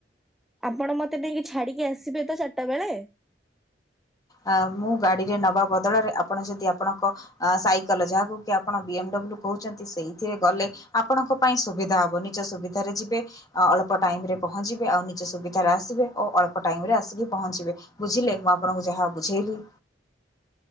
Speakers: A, in the centre; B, on the left.
A: ଆପଣ ମତେ ନେଇକି ଛାଡିକି ଆସିବେ ତ ଚାରିଟା ବେଳେ
B: ଅ ମୁଁ ଗାଡିରେ ନବା ବଦଳରେ ଆପଣ ଯଦି ଆପଣଙ୍କ ସାଇକେଲ ଯାହାକୁ କି ଆପଣ ବି ଏମ ଡବ୍ଲୁ କହୁଛନ୍ତି ସେଇଥିରେ ଗଲେ ଆପଣଙ୍କ ପାଇଁ ସୁବିଧା ହବ ନିଜ ସୁବିଧାରେ ଯିବେ ଅଳ୍ପ ଟାଇମ୍ରରେ ପହଞ୍ଚିବେ ଆଉ ନିଜ ସୁବିଧାରେ ଆସିବେ ଓ ଅଳ୍ପ ଟାଇମେ ଆସିକି ପହଞ୍ଚିବେ। ବୁଝିଲେ ମୁଁ ଆପଣଙ୍କୁ ଯାହା ବୁଝେଇଲି।